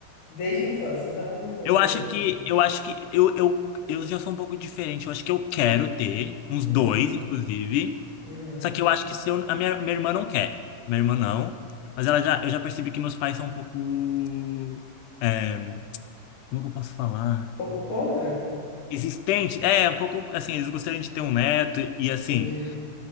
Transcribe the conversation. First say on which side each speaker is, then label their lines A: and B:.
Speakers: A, on the left; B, on the left.
A: Desde a infância, então não
B: Eu
A: tem.
B: acho que eu acho que eu, eu, eu já sou um pouco diferente. Eu acho que eu quero ter uns
A: Uhum,
B: dois, inclusive.
A: uhum.
B: Só que eu acho que se eu, a minha, minha irmã não quer. Minha irmã não. Mas ela já, eu já percebi que meus pais são um pouco. é, como que eu posso falar?
A: Pouco contra?
B: Existente. É, um pouco assim, eles gostariam de ter um neto. E assim,
A: Entendi.